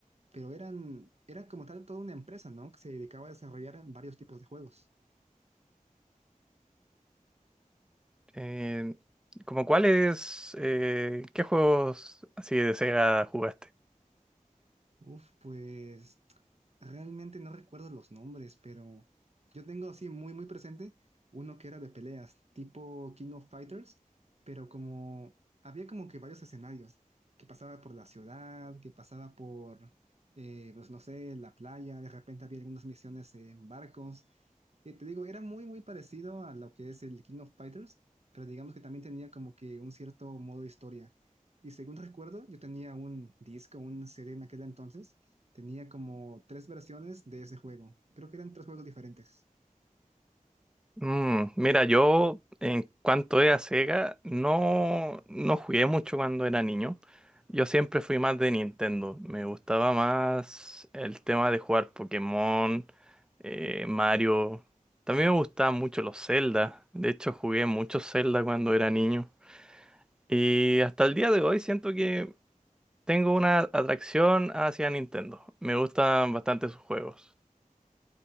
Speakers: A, on the right; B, in the centre.
A: pero eran, era como tal toda una empresa, ¿no? Que se dedicaba a desarrollar varios tipos de juegos.
B: Eh, como cuáles, eh, qué juegos así de Sega jugaste?
A: Uf, pues Realmente no recuerdo los nombres, pero yo tengo así muy, muy presente uno que era de peleas, tipo King of Fighters, pero como había como que varios escenarios, que pasaba por la ciudad, que pasaba por, eh, pues no sé, la playa, de repente había algunas misiones en barcos. Eh, te digo, era muy, muy parecido a lo que es el King of Fighters, pero digamos que también tenía como que un cierto modo historia. Y según recuerdo, yo tenía un disco, un CD en aquel entonces. Tenía como tres versiones de ese juego. Creo que eran tres juegos diferentes.
B: Mm, mira, yo en cuanto es a Sega, no, no jugué mucho cuando era niño. Yo siempre fui más de Nintendo. Me gustaba más el tema de jugar Pokémon, eh, Mario. También me gustaban mucho los Zelda. De hecho, jugué mucho Zelda cuando era niño. Y hasta el día de hoy siento que tengo una atracción hacia Nintendo. Me gustan bastante sus juegos.